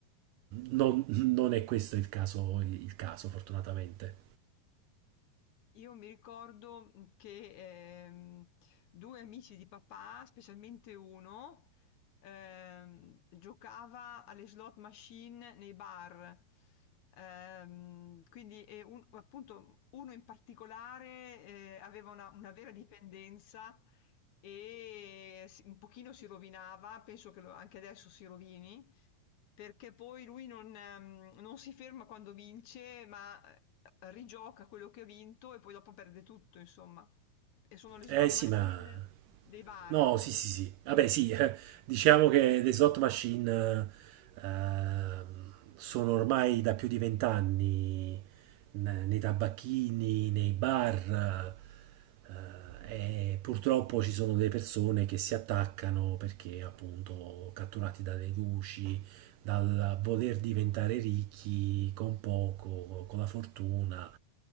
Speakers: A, on the right; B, on the left.
A: non, non è questo il caso, il caso, fortunatamente.
B: Io mi ricordo mh, che ehm, due amici di papà, specialmente uno, ehm, giocava alle slot machine nei bar. Ehm, quindi, e un- appunto, uno in particolare eh, aveva una, una vera dipendenza e si- un pochino si rovinava, penso che lo- anche adesso si rovini. Perché poi lui non, mhmm, non si ferma quando vince, ma, ehm, rigioca quello che ha vinto e poi dopo perde tutto insomma. E sono le slot
A: Eh sì,
B: machine
A: ma
B: dei bar.
A: No, sì, sì, sì. Vabbè, sì, eh, diciamo che le slot machine eh, ehm, sono ormai da più di vent'anni n- nei tabacchini, nei bar, eh, e purtroppo ci sono delle persone che si attaccano perché appunto catturati dalle luci, dal voler diventare ricchi con poco, con la fortuna,